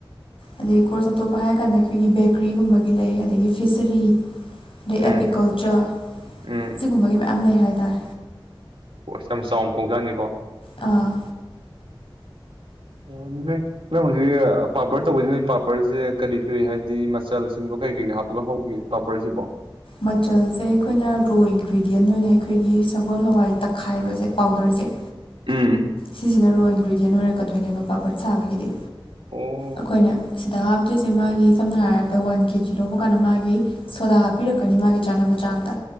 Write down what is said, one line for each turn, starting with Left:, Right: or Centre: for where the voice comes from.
Left: ꯑꯗꯩ ꯀꯣ꯭ꯔꯁ ꯑꯇꯣꯞꯄ ꯍꯥꯏꯔ ꯀꯥꯟꯗ ꯑꯩꯈꯣꯏꯒꯤ ꯕꯦꯀ꯭ꯔꯤꯒꯨꯝꯕꯒꯤ ꯂꯩ ꯑꯗꯒꯤ ꯐ꯭ꯤꯁꯁꯔꯤ ꯑꯗꯩ
Right: ꯎꯝ
Left: ꯑꯦꯄꯤꯀꯜꯆꯔ
Right: ꯎꯝ
Left: ꯁꯤꯒꯨꯝꯕꯒꯤ ꯃꯌꯥꯝ ꯂꯩ ꯍꯥꯏ ꯇꯥꯏ
Right: ꯑꯣ ꯌꯥꯝ ꯆꯥꯎ ꯀꯧꯖꯥꯠꯅꯤꯀꯣ
Left: ꯑꯥ
Right: ꯑꯣ ꯅꯪ ꯅꯪ ꯍꯨꯖꯤꯛ ꯄꯥꯄ꯭ꯔꯠ ꯇꯧꯕꯩ ꯄꯥꯄꯔꯖꯦ ꯀꯔꯤ ꯀꯔꯤ ꯍꯥꯏꯗꯤ ꯃꯆꯜꯁꯤꯡꯗꯣ ꯀꯩ ꯀꯩ ꯍꯥꯞꯄꯒ ꯍꯧꯒꯦ ꯄꯥꯄꯔꯖꯤꯕꯣ
Left: ꯃꯆꯜꯁꯦ ꯈꯣꯏꯅ ꯔꯣ ꯏꯟꯒ꯭ꯔꯤꯗꯤꯌꯟ ꯑꯣꯏꯅ ꯈꯣꯏꯒꯤ ꯁꯒꯣꯜ ꯍꯋꯥꯏ ꯇꯛꯈꯥꯏꯕꯁꯦ ꯄꯥꯎꯗꯔꯖꯦ
Right: ꯎꯝ
Left: ꯁꯤꯁꯤꯅ ꯔꯣ ꯏꯟꯒ꯭ꯔꯤꯗꯤꯌꯟ ꯑꯣꯏꯔꯛꯀꯗꯣꯏꯅꯦꯕ ꯄꯥꯄ꯭ꯔꯠ ꯁꯥꯕꯒꯤꯗꯤ
Right: ꯑꯣ
Left: ꯑꯈꯣꯏꯅ ꯁꯤꯗ ꯍꯥꯞ ꯁꯤꯁꯦ ꯃꯥꯒꯤ ꯁꯝꯅ ꯍꯥꯏꯔꯕꯗ ꯋꯥꯟ ꯀꯦꯖꯤ ꯂꯧꯕ ꯀꯥꯟꯗ ꯃꯥꯒꯤ ꯁꯣꯗꯥ ꯍꯥꯞꯄꯤꯔꯛꯀꯅꯤ ꯃꯥꯒꯤ ꯆꯥꯅꯕ ꯆꯥꯡꯗ